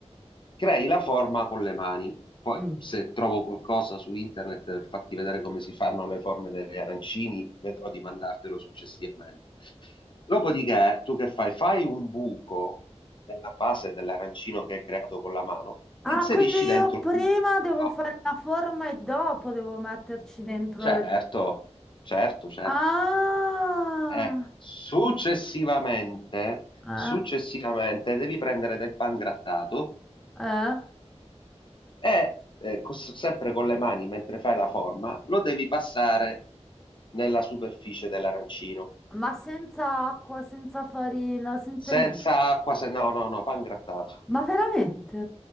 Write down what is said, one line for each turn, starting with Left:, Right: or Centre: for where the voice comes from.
Left: crei la forma con le mani. Poi,
Centre: mm.
Left: se trovo qualcosa su internet per farti vedere come si fanno le forme degli arancini, vedrò di mandartelo successivamente. Dopodiché, tu che fai? Fai un buco nella base dell'arancino che hai creato con la mano,
Centre: Ah,
Left: inserisci
Centre: quindi io
Left: dentro
Centre: prima
Left: il buco.
Centre: devo fare la forma e dopo devo metterci dentro...
Left: Certo,
Centre: il-
Left: certo, certo.
Centre: Ah,
Left: Eh, successivamente,
Centre: eh,
Left: successivamente devi prendere del pan grattato
Centre: eh.
Left: e eh, cos- sempre con le mani mentre fai la forma, lo devi passare nella superficie dell'arancino.
Centre: ma senza acqua, senza farina, senza
Left: Senza
Centre: niente.
Left: acqua, se no, no, no, pan grattato.
Centre: Ma veramente?